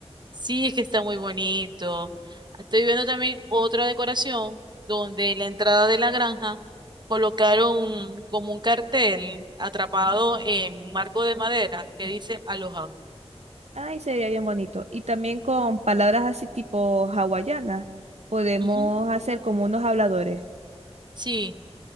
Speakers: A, on the right; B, on the right.
A: Sí, es que está muy bonito. Estoy viendo también otra decoración donde en la entrada de la granja colocaron como un cartel atrapado en un marco de madera que dice Aloha.
B: Ay, sería bien bonito. Y también con palabras así tipo hawaianas, podemos
A: Ujú,
B: hacer como unos habladores.
A: Sí,